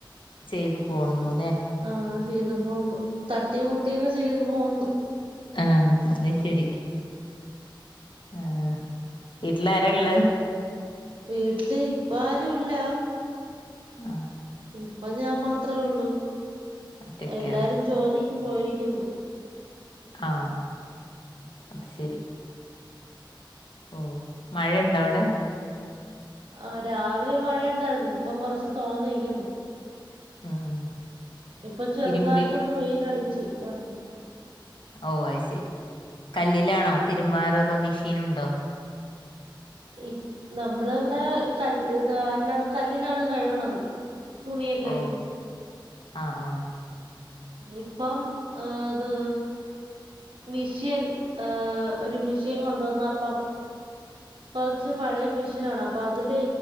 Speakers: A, on the left (about 70°); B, on the right (about 90°).
A: ചെയ്ത് പോവുന്നുല്ലേ.
B: ഉം ചെയ്തു പോവുന്നു. തട്ടിം മുട്ട്യൊക്കെ ചെയ്ത് പോവുന്നു.
A: ആഹ് അത് ശെരി ഉം വീട്ടിലാരാള്ളത്?
B: വീട്ടില് ഇപ്പാരുല്ല.
A: ഉം
B: ഇപ്പൊ ഞാൻ മാത്രേ ഒള്ളൂ.
A: ഒറ്റക്കാണ്
B: എല്ലാരും ജോലിക്ക് പോയിരിക്കുന്നു.
A: ആഹ് അത് ശെരി ഉം മഴണ്ടോ വടെ?
B: ആഹ് രാവിലെ മഴയുണ്ടായിരുന്നു. ഇപ്പം കൊറച്ച് തോന്നിക്കുന്നു.
A: ഉം ഉം
B: ഇപ്പൊ ചെറ്തായിട്ടൊന്ന്
A: തിരുമ്പി
B: വെയിലടിച്ചു വന്നു.
A: ഓഹ് അത് ശെരി കല്ലിലാണോ തിര്മ്പാറ് അതോ മെഷീന്ണ്ടോ?
B: ഇപ് നമ്മള് വടെ കല്ല് ഇത് അല്ലാതെ കല്ലിലാണ് കഴുകണത്. തുണിയൊക്കെ
A: ഓഹ് ആഹ് ആഹ്.
B: ഇപ്പം ഏഹ് ത് മിഷ്യൻ ഏഹ് ഒരു മിഷീൻ കൊണ്ടോന്നപ്പം
A: ഉ <inaudible>
B: കൊറച്ച് പഴേ മെഷീനാണ് അപ്പൊ അതില്